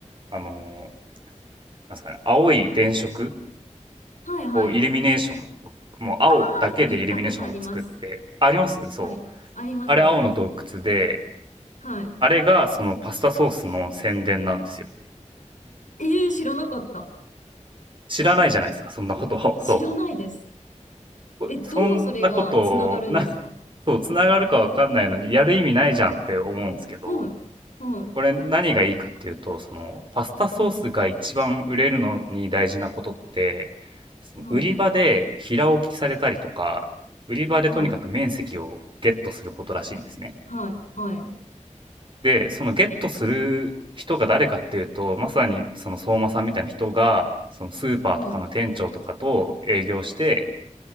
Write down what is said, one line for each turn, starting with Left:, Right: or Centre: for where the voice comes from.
Right: あの、なんですかね、青い電飾
Left: はい。はい。
Right: をイルミネーション、もう青だけでイルミネーションを作って、
Left: ああ、行ったことあります。
Right: ありますそう。
Left: はい。あります、
Right: あれ青の洞窟で、
Left: あります。はい。
Right: あれがそのパスタソースの宣伝なんですよ。
Left: ええー、知らなかった。
Right: 知らないじゃないですか、そんなことを。
Left: 知らないです。
Right: そう。
Left: え、どうそれがつながるんですか
Right: そんなことを、な <laughs> そう、繋がるかわかんないのに、やる意味ないじゃんって思うんですけど、
Left: はい。は
Right: これ何がいいかっていうと、その、パスタソースが一番売れるのに大事なことって、その売り場で平置きされたりとか、
Left: い。
Right: 売り場でとにかく面積をゲットすることらしいんですね。
Left: はい。はい。はい。はい。
Right: で、そのゲットする人が誰かっていうと、まさにその相馬さんみたいな人が、そのスーパーとかの店長とかと営業して
Left: はい。